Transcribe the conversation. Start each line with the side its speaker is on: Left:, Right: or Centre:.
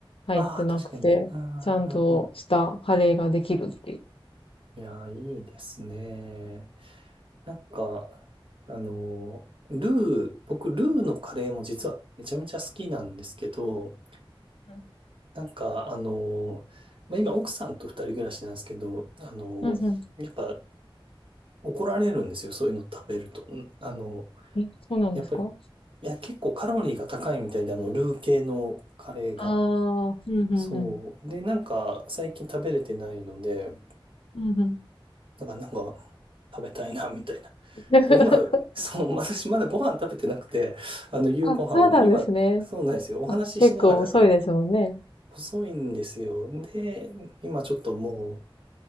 Left: 入ってなくて、
Right: ああ、確かに。うんうんうんう
Left: ちゃんとしたカレーができるっていう。
Right: ん。いやー、いいですね。なんか、あのー、ルー、僕、ルーのカレーも実はめちゃめちゃ好きなんですけど、
Left: う
Right: なんか、あの、まあ、今、奥さんと二人暮らしなんですけど、あの、
Left: ん、うん、うん。
Right: やっぱ怒られるんですよ、そういうの食べると。んあの、
Left: え、そうなんですか
Right: やっぱり、いや、結構カロリーが高いみたいで、あの、ルー系のカレーが。
Left: ああー、うん、
Right: そう。
Left: うん、うん。
Right: で、なんか、最近食べれてないので、
Left: うん、うん。
Right: だからなんか、食べたいな、みたいな。
Left: <laughs>
Right: で、今、そう、私まだご飯食べてなくて、あの、夕ご飯を、
Left: あ、そうなんですね。
Right: 今、そうなんですよ。お話ししながら、
Left: あ、結構遅いですもんね。
Right: だから、細いんですよ。で、今ちょっとも